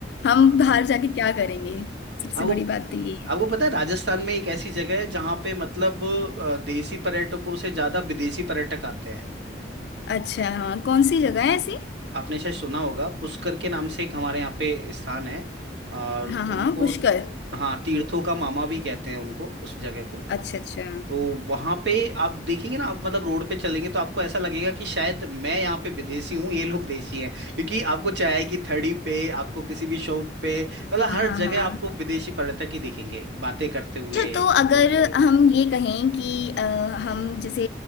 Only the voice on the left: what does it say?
हम बाहर जाके क्या करेंगे सबसे
बड़ी बात तो ये है
अच्छा हाँ कौन सी जगह है ऐसी
हाँ हाँ पुष्कर
अच्छा अच्छा
हाँ
हाँ
अच्छा तो अगर
हम ये कहें कि अ, हम जैसे